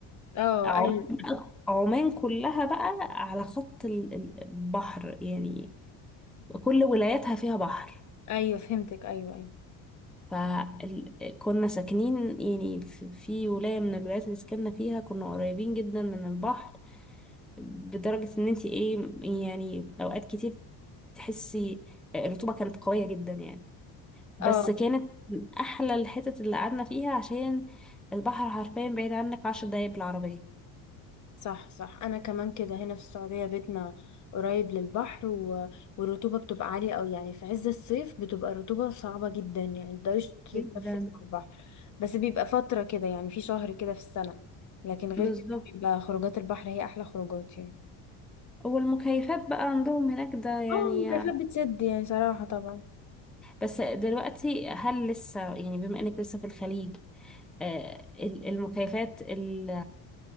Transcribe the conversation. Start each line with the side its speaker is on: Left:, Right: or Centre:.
Left: اه
Centre: عمان
Left: ايوه
Centre: بقى- عمان كلها بقى على خط ال- ال- البحر يعني كل ولاياتها فيها بحر
Left: ايوه فهمتك ايوه ايوه
Centre: فكنا ساكنين يعني في في ولاية من الولايات اللي سكننا فيها كنا قريبين جدا من البحر بدرجة ان انتي ايه يعني اوقات كتير تحسي الرطوبة كانت قوية جدا يعني بس
Left: اه
Centre: كانت من احلى الحتت اللي قعدنا فيها عشان البحر حرفيا بعيد عنك عشر دقايق بالعربية
Left: صح صح انا كمان كده هنا في السعوديه بيتنا قريب للبحر و... والرطوبه بتبقى عاليه قوي يعني في عز الصيف بتبقى الرطوبه صعبه جدا يعني متقدريش تتنفسي
Centre: جدا
Left: على البحر بس بيبقى فتره كده يعني في شهر كده في السنه لكن غير
Centre: بالظبط
Left: كده بيبقى خروجات البحر هي احلى خروجات يعني
Centre: والمكيفات بقى عندهم هناك ده يعني
Left: اه البلاكات بتسد يعني صراحة طبعا
Centre: بس دلوقتي هل لسه يعني بما انك لسه في الخليج آه، ال- المكيفات ال-